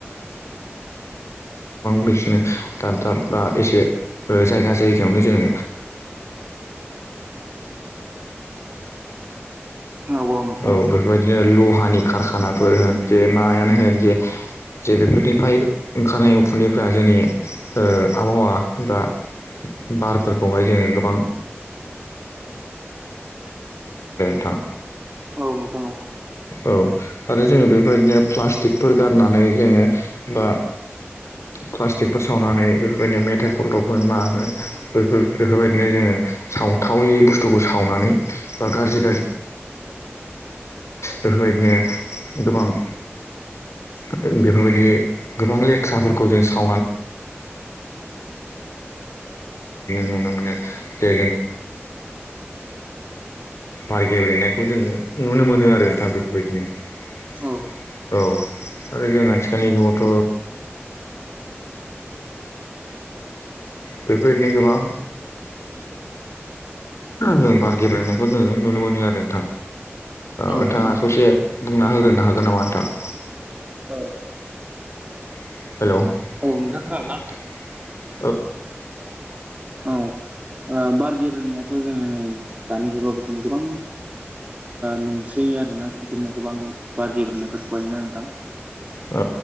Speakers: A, on the left; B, on the right.
A: बिदिनो दाब दाब बा एसे। जायगा जायगायावनो जोङो।
B: औ नोंथां
A: औ बेफोरबायदिनो। लहानि खारखानाफोर होन जे मायानो होन जे। जे बेफोरनिफ्राय ओंखारनाय उखुन्दैफ्रा जोंनि आबहावा बा। बारफोरखौहाय जोङो। थां।
B: औ नोंथां औ
A: औ आरो जोङो बेफोरदिनो प्लास्टिकफोर गारनानै जोङो बा। प्लास्टिकफोर सावनानै बेफोरबायदिनो मेथाइ खलथब होन मा होन बेफोर बेफोरबायदिनो जोङो। सावथावै बुस्थुखौ सावनानै बा गाज्रि। बेफोरबायदिनो गोबां।
B: बि।
A: बेफोरबायदि गोबां लेथ्रा। गोबां बेफोरबायदिनो नुनो मोनो जे। आर गेब्रेंनायखौ।
B: औ
A: आरो जों आथिखालनि जुगावथ'। बेफोरनो गोबां। जों बार गेब्रेंनायखौ जोङो नुनो मोनो आरो नोंथां।
B: औ
A: नोंथाङा
B: नोंथां
A: ससे बुंना होग्रोनो हागोन नामा नोंथां
B: औ
A: हेल'।
B: औ नोंथां खोनादोंना? औ बार गेब्रोननायाथ' जोङो नै दानि जुगावबो जोङनो गोबां। नुसै आरोना बिदिनो गोबां बार गेब्रोननायफोरखौहायोना नोंथां।
A: औ